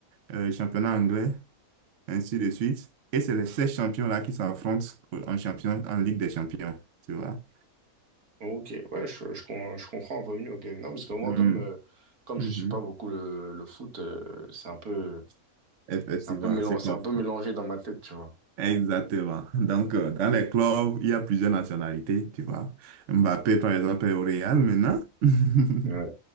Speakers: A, on the right; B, on the right.
A: euh, championnat anglais, ainsi de suite. Et c'est les 16 champions-là qui s'affrontent en champion, en Ligue des Champions, tu vois.
B: Ok. Ouais, je, je, com- je comprends un peu mieux. Ok. Non, parce que moi,
A: Mhm.
B: comme, euh, comme
A: Mhm.
B: je suis pas beaucoup le, le foot, euh, c'est un peu,
A: Effectivement,
B: c'est un peu mélan-
A: je comprends.
B: c'est un peu mélangé dans ma tête, tu vois.
A: Exactement. Donc, euh, dans les clubs, il y a plusieurs nationalités, tu vois. Mbappé, par exemple, est au Real maintenant. <laughs>
B: Ouais.